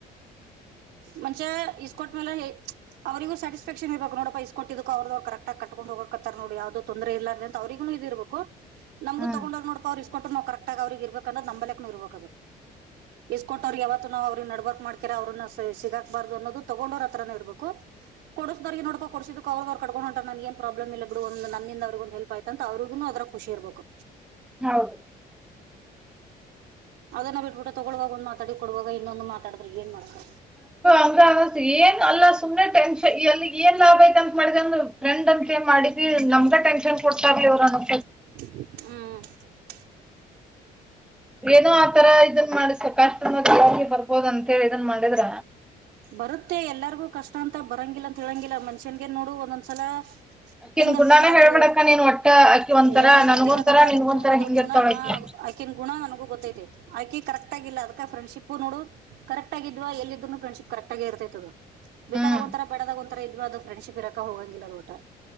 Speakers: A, on the right (about 85°); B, in the centre.
A: ಮಚ್ಚಾ, ಇಸ್ಕೋಟ್ ಮೇಲೆ? <unintelligible> ಅವರಿಗೂ ಸಾಟಿಸಿಫಕ್ಷನ್ ಇರ್ಬೇಕ ನೋಡಪ್ಪಾ ಇಸ್ ಕೊಟ್ಟಿದ್ದಕ್ಕೆ ಅವ್ರುದು ಅವ್ರ ಕರೆಕ್ಟಾಗಿ ಕಟ್ಟಿಕೊಂಡು ಹೋಗಕತ್ತರ ನೋಡು ಯಾವದೋ ತೊಂದ್ರೆ ಇಲ್ಲ ಅಂತ ಅವ್ರಗೂ ಇದ ಇರ್ಬೇಕು ನಮಗು
B: ಹ್ಮ್
A: ತಗೊಂಡಾರ ನೋಡಪ ಅವ್ರು ಇಷ್ಟ ಕೊಟ್ಟು ನಾವು ಕರೆಕ್ಟಾಗಿ ಅವ್ರಿಗೆ ಇರ್ಬೇಕು ಅನ್ನೊದು ನಂಬಲೆಕ್ ಇರ್ಬೇಕು ಅದು ಇಸ್ಕೊಟ್ಟವ್ರರಿಗೂ ಯಾವತ್ತು ನಾವು ಅವ್ರಿಗೆ ನಡಬಾರ್ಕ್ ಮಾಡಕೀರ ಅವ್ರನ್ನ ಹೇ ಸಿಗಾಕ್ಬಾರ್ದು ಅನ್ನೋದು ತಗೊಂಡೋರ್ ಹತ್ರಾನೇ ಇರ್ಬೇಕು. ಕೊಡಸುದವರಿಗೆ ನೋಡಪಾ ಕೊಡಸಿದಕ್ ಅವ್ರದು ಅವ್ರ ಕಟ್ಟಕೊಂಡ ಹೊಂಟಾರ ನನಗೇನು ಏನು ಪ್ರಾಬ್ಲಮ್ ಇಲ್ಲಾ ಬಿಡು ಒಂದ ನನ್ನಿಂದ ಅವ್ರಿಗೊಂದು ಒಂದು ಹೆಲ್ಪ್ ಆಯ್ತಂತ ಅವ್ರಗುನ ಅದರಾಗ್ ಖುಷಿ ಇರಬೇಕು
B: ಹೌದು- -
A: ಅದನ್ನ ಬಿಟ್ಬಿಟ್ಟು ತೊಗೊಳುವಾಗ ಒಂದ ಮಾತಾಡಿ ಕೊಡುವಾಗ ಇನ್ನೊಂದು ಮಾತಾಡಿದ್ರೆ ಏನ್ ಮಾಡಬಕ
B: ಅಕ್ಕಾ ಏನ್ ಅಲ್ಲ ಸುಮ್ನೆ ಟೆನ್ಷ ಏನ್ ಲಾಭ ಆಯತ ಅಂತ ಮಾಡಂದ ಫ್ರಂಡ್ ಅಂತ ಮಾಡಿದ್ವಿ ನಮಗಾ ಟೆನ್ಶನ್ ಕೊಡ್ತಾರೆಲ್ಲಾ ಇವ್ರನು
A: -- ಹ್ಮ್
B: ಏನೋ ಆತರ ಇದನ್ ಮಾಡಸಕ ಕಸ್ಟ ಮತ್ ಎಲ್ಲರಿಗೂ ಬರ್ಬೋದ ಅಂತ ಹೇಳಿ ಇದನ್ ಮಾಡಿದ್ರ
A: ಬರುತ್ತೆ ಎಲ್ಲರಿಗೂ ಕಷ್ಟ ಅಂತ ಬರಂಗಿಲ್ಲ ಅಂತ ಹೇಳಂಗಿಲ್ಲ ಮನುಷ್ಯಂಗೆ ನೋಡು ಒಂದೊಂದ್ಸಲ
B: ಅಕ್ಕಿನ್
A: ಹೆಂಗಂತಂದ್ರೆ
B: ಗುಣಾನ
A: ಅದು
B: ಹೇಳ್ಬಿಡಕ್ಕ ನೀನ್ ಒಟ್ಟ ಅಕ್ಕಿ ಒಂಥರ
A: ಅಯ್ಯೋ ನನಗ
B: ನನ್ಗೊಂತರ
A: ಗೊತ್ತಿರೋದ ಬಿಡ ಅದ್ರ
B: ನಿನ್ಗೊಂತರ
A: ಗು ಅದ್ರ
B: ಹಿಂಗಿರ್ತಾಳ
A: ಗುಣ ಆ
B: ಅಕಿ
A: ಆಕೆನ್ ಗುಣ ನನಗ ಗೊತ್ತ ಐ ಅಕಿ ಕರೆಕ್ಟ್ ಆಗಿಲ್ಲ ಅದಕ ಫ್ರೆಂಡ್ಶಿಪ್ ನೋಡು ಕರೆಕ್ಟ್ ಆಗಿದ್ವ ಎಲ್ಲ ಇದರ ಫ್ರೆಂಡ್ಶಿಪ್ ಕರೆಕ್ ಆಗಿ ಇರ್ತೈತದ ಅದು ಬೇಕಾದಾಗ
B: ಹ್ಮ್
A: ಒಂತರ ಬ್ಯಾಡ ಆದಾಗ ಒಂತರ ಇದ್ವಿ ಅದು ಫ್ರೆಂಡ್ಶಿಪ್ ಇರಕ್ ಹೋಗಂಗಿಲ್ಲ.